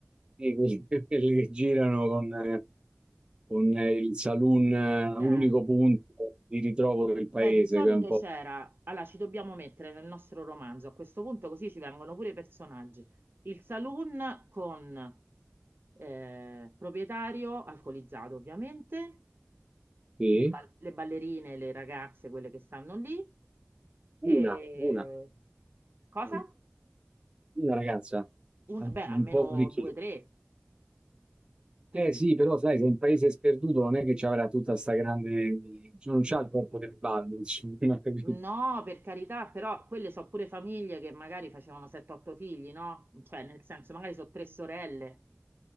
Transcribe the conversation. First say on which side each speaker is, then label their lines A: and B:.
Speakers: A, on the right (about 25°); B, on the right (about 65°).
A: Sì, quelli, <laughs> quelli che girano con, eh, con, eh, il saloon, eh,
B: Ok.
A: unico punto di ritrovo del paese,
B: Beh, di solito
A: che è un po'
B: c'era, allora ci dobbiamo mettere nel nostro romanzo, a questo punto così ci vengono pure i personaggi, il saloon con eh, proprietario alcolizzato ovviamente,
A: sì.
B: le, ba- le ballerine, le ragazze, quelle che stanno lì, e
A: Una, una,
B: cosa?
A: sì. una ragazza,
B: Un-
A: un
B: beh,
A: un
B: almeno
A: po' vecchia.
B: due, o tre, che
A: Eh
B: dici?
A: sì, però sai, se un paese sperduto non è che ci avrà tutta sta grande, cioè, non c'ha il corpo del ballo, insomma, <laughs> capito?
B: No, per carità, però quelle sono pure famiglie che magari facevano 7-8 figli, no? Cioè, nel senso, magari sono tre sorelle.